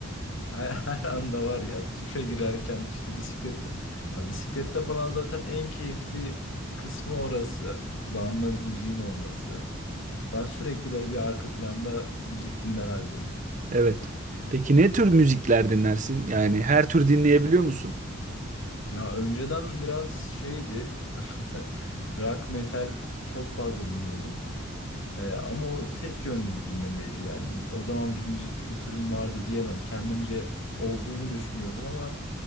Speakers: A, on the left; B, on the right.
A: her, <laughs> her anda var ya. Duşa girerken işte bisiklette. Ya bisiklette falan zaten en keyifli kısmı orası. Kulağında müziğin olması. Ben sürekli böyle bir arka planda müzik dinler haldeyim.
B: Evet. Peki ne tür müzikler dinlersin? Yani her tür dinleyebiliyor musun?
A: Ya önceden biraz şeydi. <laughs> Rock metal çok fazla dinliyordum. Ee, ama o tek yönlü bir dinlemeydi yani. O zaman bir müzik kültürüm vardı diyemem. Kendimce olduğunu düşünüyordum ama